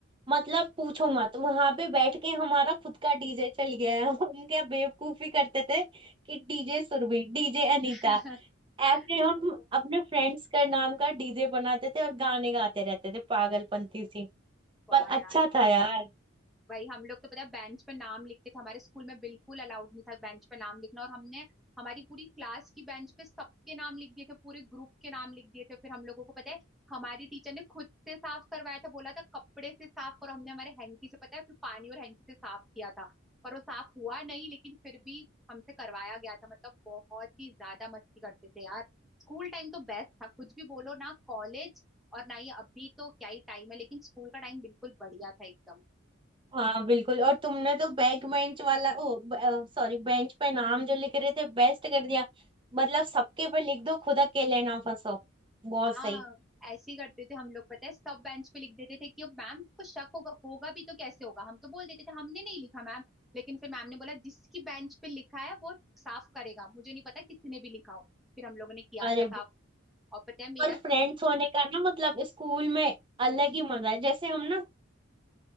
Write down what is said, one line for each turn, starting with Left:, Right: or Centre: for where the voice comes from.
Right: मतलब पूछो मत वहां पे बैठ के हमारा खुद का डीजे चल गया है <laughs> हम क्या बेवकूफी करते थे कि डीजे सुरभि डीजे अनीता
Centre: <laughs>
Right: ऐसे हम
Centre: ओ
Right: अपने फ्रेंड्स का नाम का डीजे बनाते थे और गाने गाते रहते थे पागलपंती सी पर
Centre: वाह यार
Right: अच्छा था यार
Centre: वही हम लोग तो पता है बेंच पे नाम लिखते थे हमारे स्कूल में बिल्कुल अलाउड नहीं था बेंच पे नाम लिखना और हमने हमारी पूरी क्लास की बेंच पे सबके नाम लिख दिए थे पूरे ग्रुप के नाम लिख दिए थे फिर हम लोगों को पता है हमारी टीचर ने खुद से साफ करवाया था बोला था कपड़े से साफ करो हमने हमारे हैंकी से पता है फिर पानी और हैंकी से साफ किया था पर वो साफ हुआ नहीं लेकिन फिर भी हमसे करवाया गया था मतलब बहुत ही ज्यादा मस्ती करते थे यार स्कूल टाइम तो बेस्ट था कुछ भी बोलो ना कॉलेज और ना ही अभी तो क्या ही टाइम है लेकिन स्कूल का टाइम बिल्कुल बढ़िया था एकदम
Right: हाँ बिल्कुल और तुमने तो बैक बेंच वाला ओ सॉरी बेंच पे नाम जो लिख रहे थे बेस्ट कर दिया मतलब सबके पे लिख दो खुद अकेले ना फंसो बहुत
Centre: हाँ
Right: सही
Centre: ऐसे ही करते थे हम लोग पता है सब बेंच पे लिख देते थे कि अब मैम को शक होगा होगा भी तो कैसे होगा हम तो बोल देते थे हमने नहीं लिखा मैम लेकिन फिर मैम ने बोला जिसकी बेंच पे लिखा है वो साफ करेगा मुझे नहीं पता किसने भी लिखा हो फिर हम लोगों ने किया
Right: अरे
Centre: था साफ और पता है मेरा
Right: पर फ्रेंड्स होने का ना मतलब स्कूल में अलग ही मजा है जैसे हम ना